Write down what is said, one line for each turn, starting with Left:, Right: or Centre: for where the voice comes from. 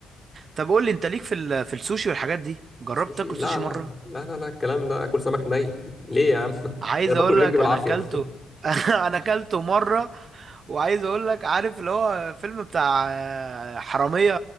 Right: طب قول لي انت ليك في ال... في السوشي والحاجات دي جربت
Left: سوشي
Right: تاكل
Left: لا
Right: سوشي
Left: لا
Right: مره
Left: لا لا لا الكلام ده اكل سمك ني <laughs> ليه يا عم ده
Right: عايز
Left: انا باكل
Right: اقول
Left: رنج
Right: لك
Left: بالعافيه
Right: انا اكلته
Left: <laughs>
Right: <laughs> انا اكلته مره وعايز اقول لك عارف اللي هو فيلم بتاع آه، حراميه